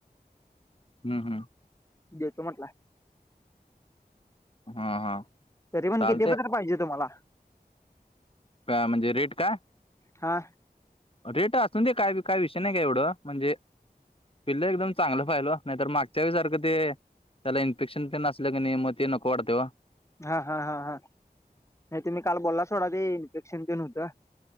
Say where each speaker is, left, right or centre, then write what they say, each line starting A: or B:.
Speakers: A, on the left (about 35°); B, on the left (about 15°).
A: हम, हम.
B: देतो म्हटलाय.
A: हा हा.
B: तरी पण
A: चालतंय
B: किती पतर पाहिजे तुम्हाला?
A: काय म्हणजे रेट काय?
B: हा.
A: रेट असून दे काय बी काय विषय नाही का एवढं म्हणजे पिल्लं एकदम चांगलं पााहिजेलं वो नाहीतर मागच्या वेळी सारखं ते त्याला इन्फेक्शन ते न असल कणय मग ते नको वाटतय ओ.
B: हा हा हा हा नाही तुम्ही बोलला सोडा ते इन्फेक्शन ते न होत.